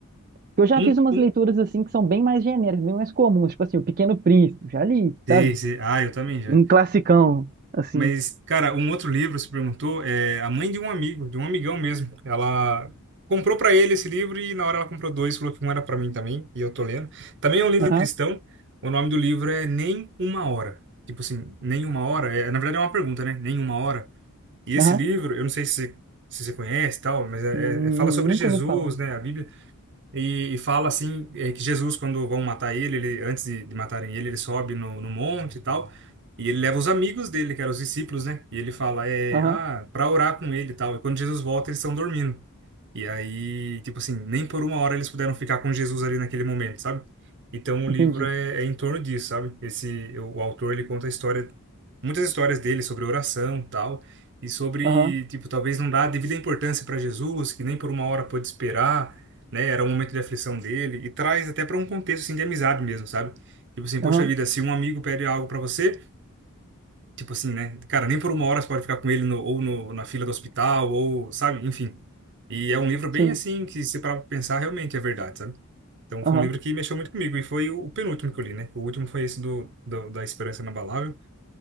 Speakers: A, on the right; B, on the right.
A: Porque Eu já
B: Um,
A: fiz umas
B: um.
A: leituras assim que são bem mais genéricas, bem mais comuns, tipo assim, O Pequeno Príncipe, já li,
B: Sei,
A: sabe?
B: sei. Ah, eu também já.
A: Um classicão, assim.
B: Mas, cara, um outro livro, você perguntou, é a mãe de um amigo, de um amigão mesmo. Ela comprou pra ele esse livro e na hora ela comprou dois, falou que um era pra mim também, e eu tô lendo. Também é um livro
A: Aham,
B: cristão. O nome do livro é Nem Uma Hora. Tipo assim, nem uma hora. É, na verdade é uma pergunta, né? Nem uma hora. E esse
A: aham.
B: livro, eu não sei se, se você conhece e tal, mas é,
A: Hum,
B: é- fala sobre
A: nunca
B: Jesus,
A: ouvi falar.
B: né? A Bíblia e, e fala assim, é, que Jesus, quando vão matar ele, ele antes de, de matarem ele, ele sobe no, no monte e tal, e ele leva os amigos dele, que eram os discípulos, né? E ele fala, é,
A: Aham,
B: ah, para orar com ele e tal. E quando Jesus volta, eles estão dormindo. E aí, tipo assim, nem por uma hora eles puderam ficar com Jesus ali naquele momento, sabe? Então o
A: entendi.
B: livro é, é em torno disso, sabe? Esse, o, autor, ele conta a história, muitas histórias dele sobre oração e tal, e sobre,
A: Aham,
B: tipo, talvez não dar a devida importância para Jesus, que nem por uma hora pôde esperar né? Era um momento de aflição dele e traz até para um contexto assim de amizade mesmo, sabe? Tipo assim, poxa
A: aham,
B: vida, se um amigo pede algo para você, tipo assim, né? Cara, nem por uma hora você pode ficar com ele no, ou no, na fila do hospital ou, sabe? Enfim. E é um livro bem
A: sim,
B: assim que se para pensar realmente é verdade, sabe? Então
A: aham,
B: foi um livro que mexeu muito comigo e foi o, o penúltimo que eu li, né? O último foi esse do, do da Esperança Inabalável.